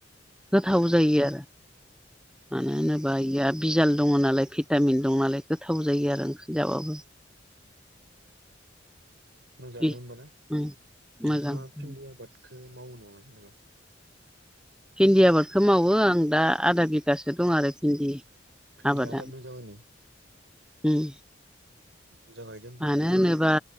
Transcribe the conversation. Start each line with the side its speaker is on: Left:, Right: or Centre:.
Centre: गोथाव जायो आरो। <unintelligible> मानो होनोबा इया बिजाल दङ' नालाय भिटामिन दं नालाय गोथाव जायो आरो ओंख्रि जाबाबो।
Right: मोजाङानो
Centre: बे
Right: होमबा ना
Centre: उम मोजां
Right: नोंथाङा भिन्दि आबादखो मावो नामा जेनेबा <unintelligible>
Centre: भिन्दि आबादखौ मावो आं दा आदा बिगासो दं आरो भिन्दि
Right: भिन्दिया
Centre: आबादा
Right: आदा बिगा मानि
Centre: उम।
Right: बुरजा गायदो होमबाना
Centre: मानो
Right: नोंथां
Centre: होनोबा